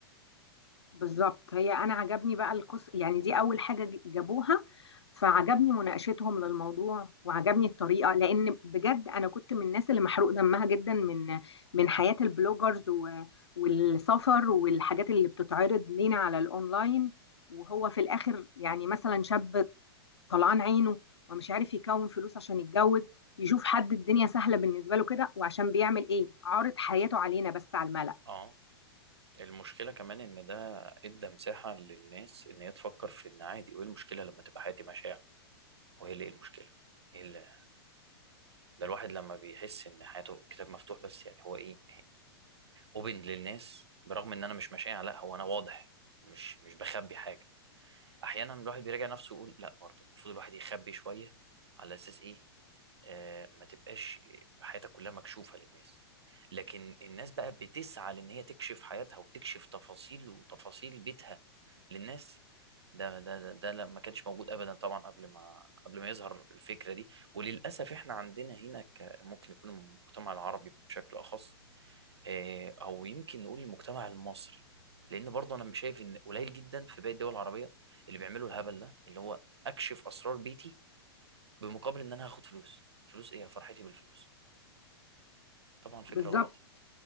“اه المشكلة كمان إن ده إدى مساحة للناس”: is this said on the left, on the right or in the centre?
Right